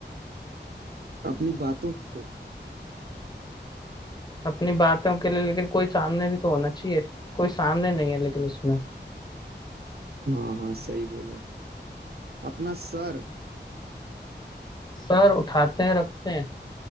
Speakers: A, on the right; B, on the left.
A: अपनी बातों को
B: अपनी बातों के लिए लेकिन कोई सामने भी तो होना चाहिए कोई सामने नहीं है लेकिन उसमें
A: हाँ हाँ सही बोले अपना सर
B: सर उठाते हैं रखते हैं